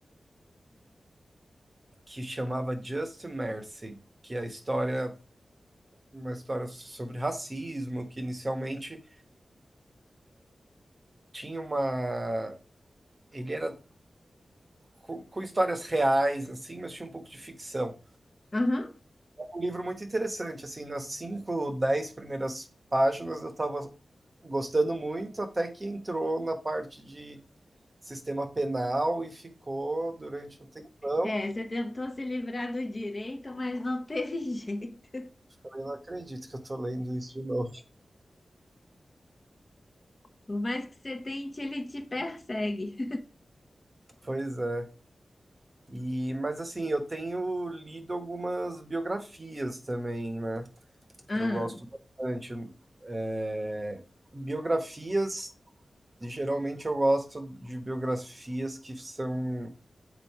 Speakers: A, on the right; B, on the left.
A: que chamava Just Mercy, que é a história, uma história sobre racismo, que inicialmente tinha uma. Ele era com, com histórias reais, assim, mas tinha um pouco de ficção.
B: Aham.
A: Um livro muito interessante, assim, nas cinco, dez primeiras páginas eu estava gostando muito, até que entrou na parte de sistema penal e ficou durante um tempão.
B: É, você tentou se livrar do direito, mas não teve <laughs> jeito.
A: Falei, não acredito que eu tô lendo isso de novo.
B: Por mais que você tente, ele te persegue.
A: Pois é. E, mas assim, eu tenho lido algumas biografias também, né?
B: Ah,
A: Eu gosto bastante. É, biografias, geralmente eu gosto de biografias que são